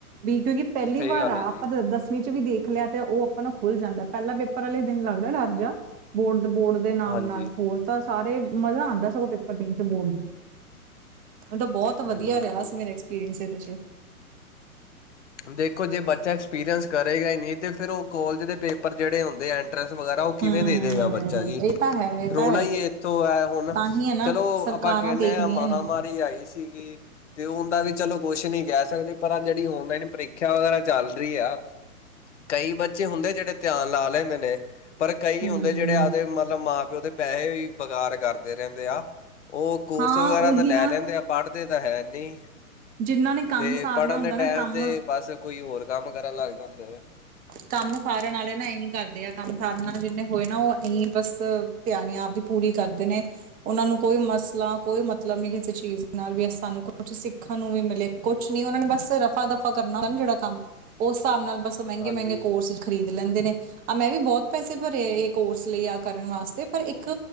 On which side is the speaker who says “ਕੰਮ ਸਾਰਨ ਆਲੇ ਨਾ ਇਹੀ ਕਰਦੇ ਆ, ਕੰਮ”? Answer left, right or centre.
Right